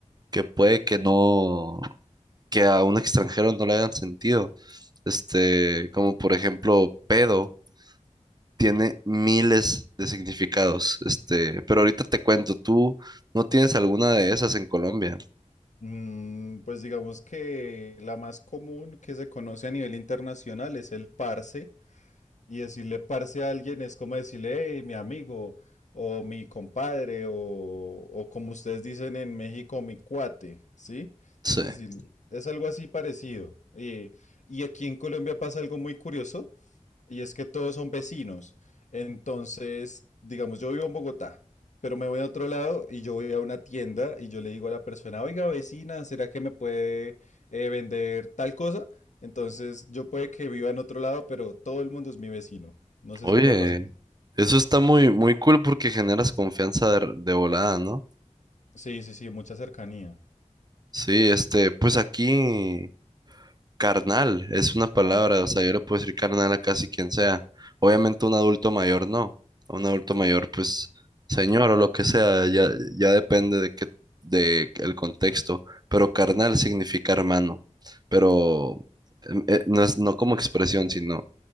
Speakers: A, on the right; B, on the left.
A: que puede que no, que a un extranjero no le hagan sentido. Este, como por ejemplo, pedo tiene miles de significados. Este, pero ahorita te cuento, ¿tú no tienes alguna de esas en Colombia?
B: Mm, pues digamos que la más común que se conoce a nivel internacional es el parse. Y decirle parce a alguien es como decirle, hey, mi amigo, o mi compadre, o, o como ustedes dicen en México, mi cuate, ¿sí?
A: Sí.
B: Es decir, Sí. es algo así parecido. Eh, y aquí en Colombia pasa algo muy curioso, y es que todos son vecinos. Entonces, digamos, yo vivo en Bogotá, pero me voy a otro lado y yo voy a una tienda y yo le digo a la persona, oiga, vecina, ¿será que me puede eh, vender tal cosa? Entonces, yo puede que viva en otro lado, pero todo el mundo es mi vecino. No sé
A: Oye,
B: si allá pasa.
A: eso está muy, muy cool porque generas confianza de, de volada, ¿no?
B: Sí, sí, sí, mucha cercanía.
A: Sí, este, pues aquí carnal es una palabra, o sea, yo le puedo decir carnal a casi quien sea. Obviamente un adulto mayor no. A Un adulto mayor, pues, señor o lo que sea, ya, ya depende de qué, de el contexto. Pero carnal significa hermano. Pero em, eh, no es, no como expresión, sino